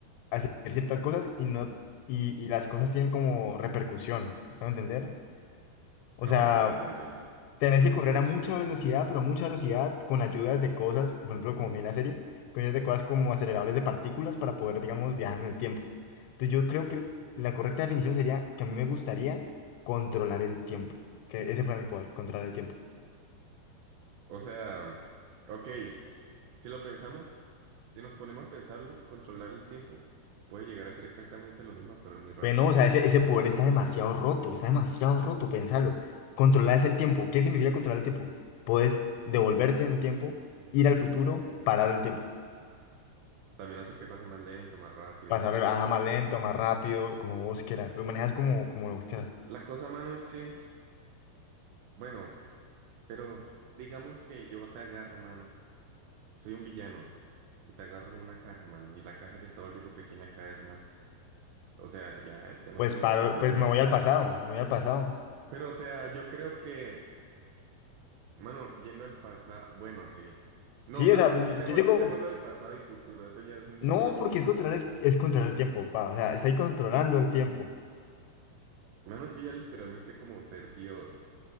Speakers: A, on the left; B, on the right.
A: hacer ciertas cosas y no y, y las cosas tienen como repercusiones, ¿me va a entender? O sea,
B: No, no te ha de entender, mano.
A: Tenés que correr a mucha velocidad, pero a mucha velocidad, con ayudas de cosas, por ejemplo, como mira la serie, con ayudas de cosas como aceleradores de partículas para poder, digamos, viajar en el tiempo. Entonces yo creo que la correcta definición sería que a mí me gustaría controlar el tiempo, que ese fuera mi poder, controlar el tiempo.
B: O sea, ok. Si lo pensamos, si nos ponemos a pensarlo, controlar el tiempo puede llegar a ser exactamente lo mismo, a correr muy rápido.
A: Bueno,
B: Entonces,
A: o sea, ese, ese poder está demasiado roto, está demasiado roto, pensalo. Controlar el tiempo, ¿qué significa controlar el tiempo? Puedes devolverte en el tiempo, ir al futuro, parar el tiempo,
B: también hacer que pase más lento, más rápido.
A: pasar el- más lento, más rápido, como vos quieras, lo manejas como, como vos quieras.
B: La cosa, mano, es que, bueno, pero digamos que yo te agarro, mano. Soy un villano y te agarro en una caja, mano. Y la caja se está volviendo pequeña cada vez más. O sea, ya, ya no
A: Pues
B: tiene
A: paro,
B: escapatoria,
A: pues me
B: mano.
A: voy al pasado, me voy al pasado.
B: Pero, o sea, yo creo que, mano, yendo al pasado, bueno, sí. No,
A: Sí,
B: mano,
A: o sea, pues,
B: quitemos,
A: yo llego,
B: quitémoslo del pasado y futuro. Eso ya es mucho,
A: no,
B: mano.
A: porque es controlar el, es controlar el tiempo, pa, o sea, está ahí controlando el tiempo.
B: Mano, sí, ya literalmente como ser Dios.